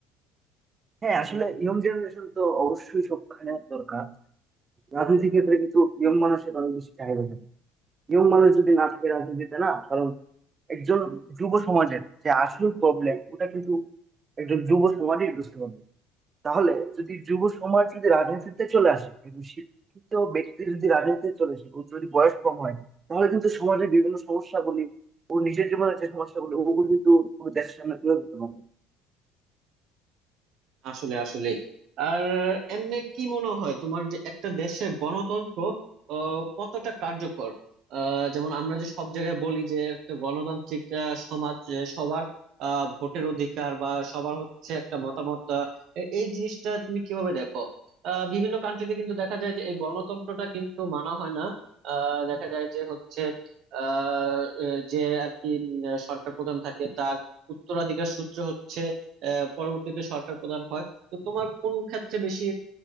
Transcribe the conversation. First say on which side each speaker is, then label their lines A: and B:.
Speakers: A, on the right (about 30°); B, on the right (about 60°).
A: হ্যাঁ আসলে ইয়ং জেনারেশন তো অবশ্যই সবখানে দরকার রাজনীতির ক্ষেত্রে কিন্তু ইয়ং মানুষের অনেক বেশি চাহিদা থাকে ইয়ং মানুষ যদি না থাকে রাজনীতিতে না কারণ একজন যুব সমাজের যে আসল প্রবলেম ওটা কিন্তু একজন যুব সমাজই বুঝতে পারবে তাহলে যদি যুব সমাজ যদি রাজনীতিতে চলে আসে একজন শিক্ষিত ব্যক্তি যদি রাজনীতিতে চলে আসে ওর যদি বয়স কম হয় তাহলে কিন্তু সমাজের বিভিন্ন সমস্যাগুলি ও নিজের জীবনের যে সমস্যাগুলি ওগুলো কিন্তু পুরো দেশের সামনে তুলে ধরতে পারবে
B: আসলে আসলে আর এমনি কি মনে হয় তোমার যে একটা দেশের গণতন্ত্র আহ, কতটা কার্যকর আহ, যেমন আমরা যে সব জায়গায় বলি যে একটা গণতান্ত্রিক আহ, সমাজ যে সবার আহ, ভোটের অধিকার বা সবার হচ্ছে একটা মতামত আহ, এ- এই জিনিসটা তুমি কিভাবে দেখো আহ, বিভিন্ন কান্ট্রিতে কিন্তু দেখা যায় যে এই গণতন্ত্রটা কিন্তু মানা হয় না আহ, দেখা যায় যে হচ্ছে আহ, এ, যে আর কি উম, সরকার প্রধান থাকে তার উত্তরাধিকার সূত্র হচ্ছে আহ, পরবর্তীতে সরকার প্রধান হয় তো তোমার কোন ক্ষেত্রে বেশি